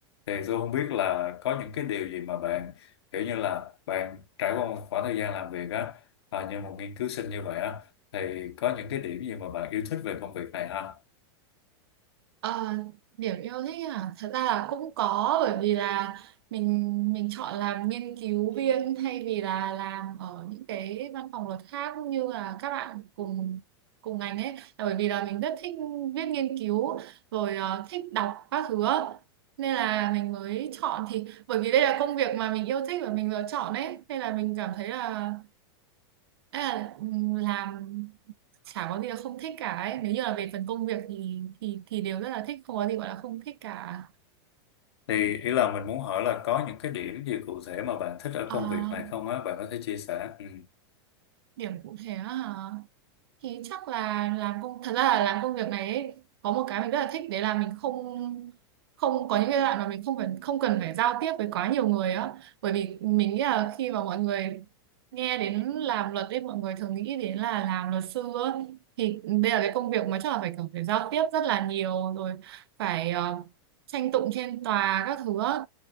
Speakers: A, on the left; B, on the right.
A: thì tôi không biết là có những cái điều gì mà bạn kiểu như là bạn trải qua một khoảng thời gian làm việc á à, như một nghiên cứu sinh như vậy á thì có những cái điểm gì mà bạn yêu thích về công việc này ha
B: Ờ, điểm yêu thích à thật ra là cũng có bởi vì là mình mình chọn làm nghiên cứu viên thay vì là làm ở những cái văn phòng luật khác như là các bạn cùng cùng ngành ấy là bởi vì là mình rất thích viết nghiên cứu rồi ờ, thích đọc các thứ á. nên là mình mới chọn thì bởi vì đây là công việc mà mình yêu thích và mình lựa chọn ấy nên là mình cảm thấy là Ê, ừm, làm chả có gì là không thích cả ấy. Nếu như là về phần công việc thì thì thì đều rất là thích, không có gì gọi là không thích cả.
A: thì ý là mình muốn hỏi là có những cái điểm gì cụ thể mà bạn thích ở
B: À,
A: công việc này không á bạn có thể chia sẻ ừ.
B: điểm cụ thể á hả? thì chắc là làm công thật ra là làm công việc này ấy, có một cái mình rất là thích đấy là mình không không có những cái đoạn mà mình không phải không cần phải giao tiếp với quá nhiều người á bởi vì mình nghĩ là khi mà mọi người nghe đến làm luật ấy mọi người thường nghĩ đến là làm luật sư á. thì đây là cái công việc mà chắc là phải kiểu phải giao tiếp rất là nhiều rồi phải ờ, tranh tụng trên tòa các thứ á